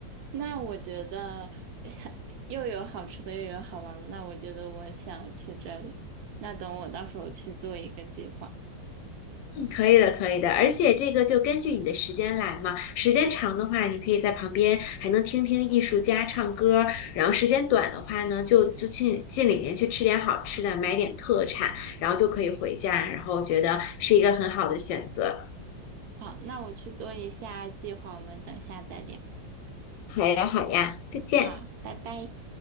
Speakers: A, on the right (about 65°); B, on the left (about 75°).
A: 那我觉得 <laughs> 又有好吃的，又有好玩的，那我觉得我想去这里。那等我到时候去做一个计划。
B: 嗯，可以的，可以的。而且这个就根据你的时间来嘛，时间长的话，你可以在旁边还能听听艺术家唱歌然后时间短的话呢，就就去进里面去吃点好吃的，买点特产，然后就可以回家。然后我觉得是一个很好的选择。
A: 好，那我去做一下计划，我们等下再聊。
B: 好呀，好呀，再见。
A: 好，拜拜。